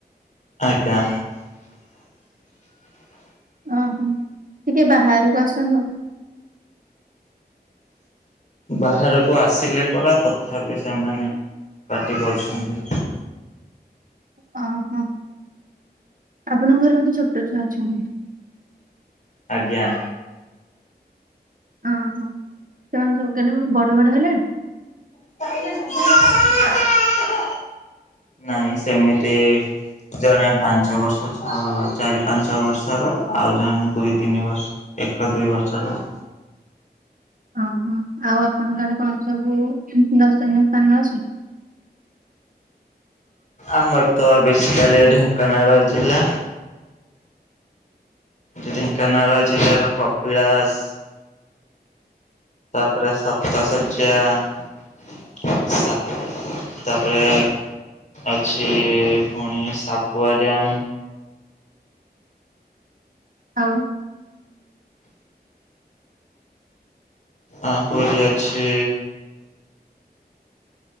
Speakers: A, on the left; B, on the right.
A: ଆଜ୍ଞା।
B: ଓହୋ ଟିକେ ବାହାରକୁ ଆସନ୍ତୁ।
A: ବାହାରକୁ ଆସିଲେ ପରା ତଥାପି ସେମାନେ ପାଟି କରୁଛନ୍ତି।
B: ଓହୋ ଆପଣଙ୍କ ଘରେ ବୋଧେ ଛୋଟ ଛୁଆ ଅଛନ୍ତି।
A: ଆଜ୍ଞା।
B: ଓହୋ। ସେମାନେ ସବୁ କେତେ ବଡ ବଡ ହେଲେଣି?
A: <inaudible> ନାଇଁ ସେମିତି ଜଣେ ପାଞ୍ଚ ବର୍ଷ ଛ ଚାରି ପାଞ୍ଚ ବର୍ଷର ଆଉ ଜଣେ ଦୁଇ ତିନି ବର୍ଷ ଏକ ଦୁଇ ବର୍ଷର ଆଉ
B: ଓହୋ ଆଉ ଆପଣଙ୍କର କଣ ସବୁ ଦର୍ଶନୀୟ ସ୍ଥାନ ଅଛି
A: ଆମର ତ ବେଶିକାଲି ଢେଙ୍କାନାଳ ଜିଲ୍ଲା ଢେଙ୍କାନାଳ ଜିଲ୍ଲାର କପିଳାସ ତାପରେ ସପ୍ତାସଯ୍ୟା ତାପରେ ଅଛି ପୁଣି ସାପୁଆ ଡ୍ୟମ୍
B: ଆଉ।
A: ଆ ପରେ ଅଛି